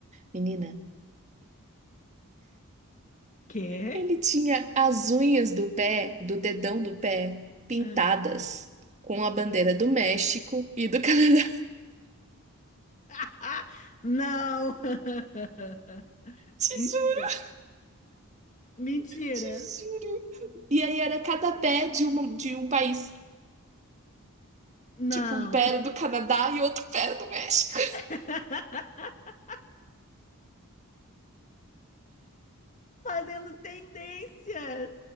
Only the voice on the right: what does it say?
Menina,
Ele tinha as unhas do pé, do dedão do pé, pintadas
com a bandeira do México e do <laughs> Canadá.
Te
juro,
te juro. E aí era cada pé de, uma, de um país.
Tipo, um pé era do Canadá e outro pé era do México.